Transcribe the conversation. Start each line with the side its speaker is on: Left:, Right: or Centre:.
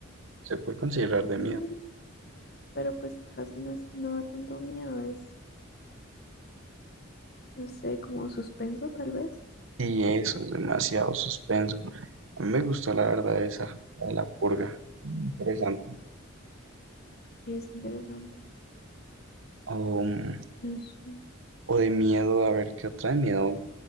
Right: Se puede considerar de
Left: mm,
Right: miedo.
Left: pero pues casi no es, no da tanto miedo. Es, no sé, como suspenso tal vez.
Right: Y eso es demasiado suspenso. A mí me gustó la verdad esa, la de la purga. Interesante.
Left: Sí, es interesante.
Right: O, mm,
Left: No sé.
Right: o de miedo, a ver qué otra de miedo.